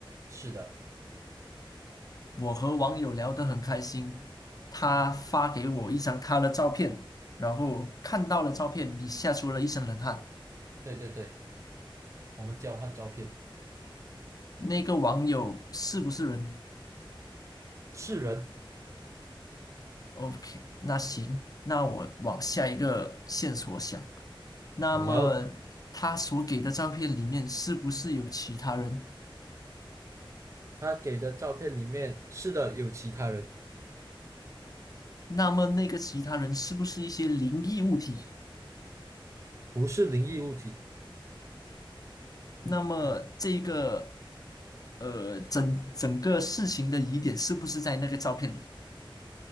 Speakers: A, on the right; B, on the left.
A: 是的，
B: 我和网友聊得很开心，他发给我一张他的照片，然后看到了照片，你吓出了一身冷汗。
A: 对对对，我们交换照片，
B: 那个网友是不是人？
A: 是人。
B: OK，那行，那我往下一个线索想。那么
A: 好，
B: 他所给的照片里面是不是有其他人？
A: 他给的照片里面，是的，有其他人，
B: 那么那个其他人是不是一些灵异物体？
A: 不是灵异物体，
B: 那么这个呃，整整个事情的疑点是不是在那个照片里？